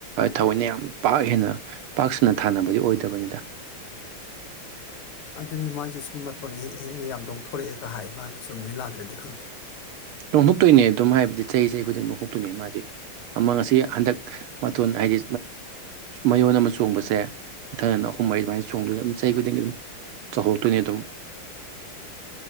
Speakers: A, on the right; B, on the left.
A: ꯊꯑꯣꯏꯅ ꯌꯥꯝ ꯄꯥꯛ ꯍꯦꯟꯅ ꯄꯥꯛ ꯁꯟꯅ ꯊꯥꯅꯕꯗꯤ ꯑꯣꯏꯗꯕꯅꯤꯗ
B: ꯑꯗꯨꯅꯤ ꯃꯣꯏꯁꯦ ꯁꯨꯝ ꯃꯇꯣꯟ ꯍꯦꯛꯑꯥ ꯍꯦꯛꯑꯥ ꯒꯥ ꯌꯥꯝ ꯂꯣꯡꯊꯣꯔꯛꯑꯦꯒ ꯍꯥꯏ ꯏꯃꯥꯅ ꯆꯨꯝꯃꯤꯔꯥ ꯂꯥꯜꯂꯤꯔꯥꯗꯤ ꯈꯪꯗꯦ
A: ꯂꯣꯡꯊꯣꯛꯇꯣꯏꯅꯦ ꯑꯗꯨꯝ ꯍꯥꯏꯕꯗꯤ ꯆꯍꯤ ꯆꯍꯤ ꯈꯨꯗꯤꯡꯒꯤ ꯂꯣꯡꯊꯣꯛꯇꯣꯏꯅꯦ ꯃꯥꯗꯤ ꯑꯃ ꯉꯁꯤ ꯍꯟꯗꯛ ꯃꯇꯣꯟ ꯍꯥꯏꯗꯤ ꯃꯌꯣꯟ ꯑꯃ ꯆꯣꯡꯕꯁꯦ ꯃꯊꯪ ꯑꯍꯨꯝ ꯃꯔꯤ ꯑꯗꯨꯃꯥꯏꯅ ꯆꯣꯡꯗꯣꯏꯅꯤ ꯑꯗꯨꯝ ꯆꯍꯤ ꯈꯨꯗꯤꯡꯒꯤ ꯑꯗꯨꯝ ꯆꯥꯎꯊꯣꯛꯇꯣꯏꯅꯤ ꯑꯗꯨꯝ